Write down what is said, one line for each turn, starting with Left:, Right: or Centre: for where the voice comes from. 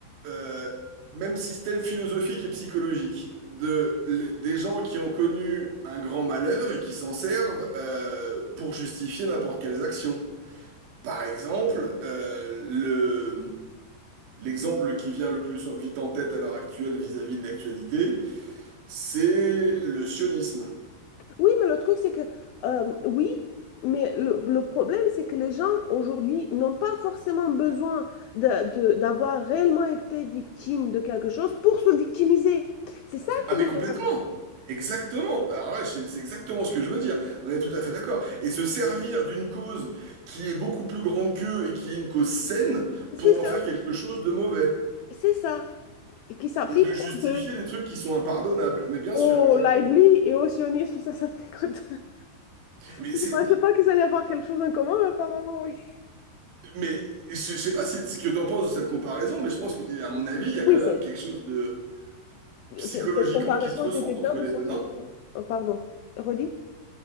Right: euh, même système philosophique et psychologique. De, les- des gens qui ont connu un grand malheur et qui s'en servent euh, pour justifier n'importe quelles actions. Par exemple, euh, le, l'exemple qui vient le plus vite en tête à l'heure actuelle vis-à-vis de l'actualité, c'est le sionisme.
Left: Oui, mais le truc, c'est que, euh, oui, mais le, le problème, c'est que les gens aujourd'hui n'ont pas forcément besoin de- de- d'avoir réellement été victimes de quelque chose pour se victimiser. C'est ça
Right: Ah
Left: qui
Right: mais
Left: m'énerve.
Right: complètement. Exactement. Alors là, c'est c'est exactement ce que je veux dire. On est tout à fait d'accord. Et se servir d'une cause qui est beaucoup plus grande qu'eux et qui est une cause saine
Left: C'est
Right: pour
Left: ça,
Right: en faire quelque chose de mauvais.
Left: c'est ça. Et qui s'applique
Right: Et de justifier
Left: un peu
Right: des trucs qui sont impardonnables. Mais bien
Left: au
Right: sûr, exactement.
Left: lively et au sionisme. Ça, ça m'écoute. <laughs>
Right: Mais
Left: Je
Right: c'est,
Left: ne pensais pas qu'ils allaient avoir quelque chose en commun, mais apparemment, oui.
Right: mais je, je sais pas si, ce que tu en penses de cette comparaison, mais je pense que, à mon avis, il y a quand
Left: Oui,
Right: même
Left: c'est...
Right: quelque chose de psychologiquement
Left: Tes tes comparaisons
Right: qui se ressemble
Left: et tes exemples
Right: entre les
Left: sont
Right: deux, non?
Left: toujours... Oh, pardon, redis?